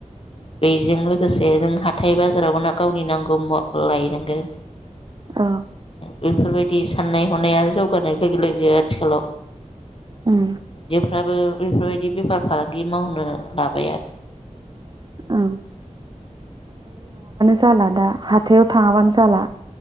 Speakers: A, on the left; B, on the right.
A: बेजों लोगोसे जों हाथाय बाजारावबो नां गावनि नांगौ मुवा लायनांगोन
B: औ
A: बेफोरबायदि साननाय हनाया जौगानाय लोगो लोगो आथिखालाव
B: उम
A: फ्राबो बेफोरबायदि बेफार फालांगि मावनो लाबाय आरो
B: ओं जालादा हाथ हाथायाव थाङाबानो जाला